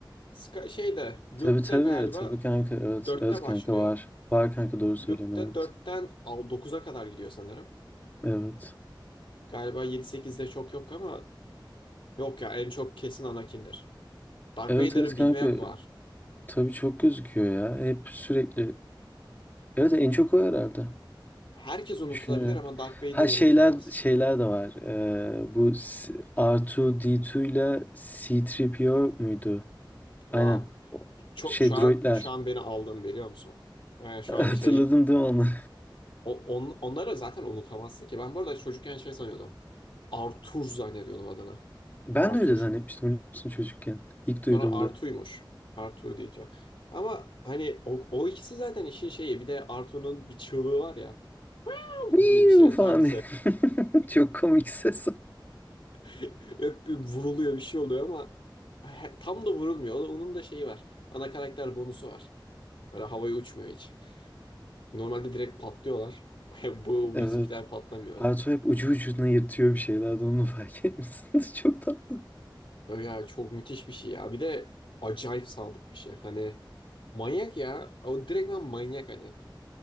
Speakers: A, on the left (about 85°); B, on the left (about 20°).
A: Ska- şey de Luke
B: Tabii tabii
A: da galiba
B: tabii kanka evet
A: dörtte
B: evet
A: başlıyor.
B: kanka var. Var kanka doğru söylüyorsun
A: Luke da
B: evet.
A: dörtten dokuza kadar gidiyor sanırım.
B: Evet.
A: Galiba 7-8'de çok yok ama yok ya en çok kesin Anakin'dir. Darth
B: Evet
A: Vader'ı
B: evet kanka
A: bilmeyen mi var?
B: tabii çok gözüküyor ya. Hep sürekli Evet en çok o herhalde.
A: Herkes unutulabilir
B: Düşünüyorum.
A: ama Darth Vader
B: Ha
A: unutulmaz.
B: şeyler şeyler de var. Ee, bu S- R2D2 ile C3PO muydu?
A: Wow.
B: Aynen. O
A: Çok
B: Şey
A: şu an
B: droidler.
A: şu an beni aldın biliyor musun? Yani şu
B: <laughs>
A: an
B: Hatırladın
A: şey
B: değil mi onu? <laughs>
A: o- on, onları zaten unutamazsın ki. Ben bu arada çocukken şey sanıyordum. Arthur zannediyordum adını.
B: Ben
A: Arthur.
B: de öyle zannetmiştim biliyor musun çocukken. İlk
A: Sonra
B: duyduğumda.
A: Artu'ymuş. Artu diye. Ama hani o, o ikisi zaten işin şeyi. Bir de Artu'nun bir çığlığı var ya. "Av"
B: Miu
A: Gibi bir şey.
B: falan.
A: Tabii
B: diye. <laughs> Çok komik ses.
A: <laughs> Hep bir vuruluyor bir şey oluyor ama he- tam da vurulmuyor. O da- Onun da şeyi var. Ana karakter bonusu var. Böyle havaya uçmuyor hiç. Normalde direkt patlıyorlar. <laughs> Bu, bu
B: Evet.
A: bizimkiler patlamıyor.
B: Arto hep ucu ucuna yırtıyor bir şeylerden onu fark etmişsiniz. <laughs> Çok tatlı.
A: Ya çok müthiş bir şey ya. Bir de acayip sadık bir şey. Hani manyak ya. O direktmen manyak hani.